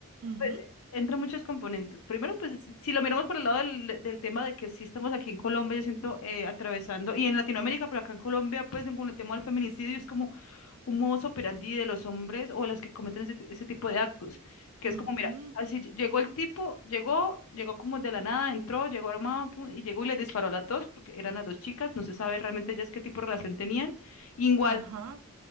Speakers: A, on the right; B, on the left.
A: Ujú,
B: pues, entra muchos componentes. Primero, pues, si si lo miramos por el lado del, del tema de que sí estamos aquí en Colombia, yo siento, eh, atravesando, y en Latinoamérica, pero acá en Colombia, pues, con el tema del feminicidio, es como un modo operandi de los hombres o de los que cometen ese, ti- ese tipo de actos, que
A: ujú,
B: es como, mira, así ll- llegó el tipo, llegó, llegó como de la nada, entró, llegó armado pum, y llegó y les disparó a las dos, porque eran las dos chicas, no se sabe realmente ellas qué tipo de relación tenían. Igual,
A: ajá,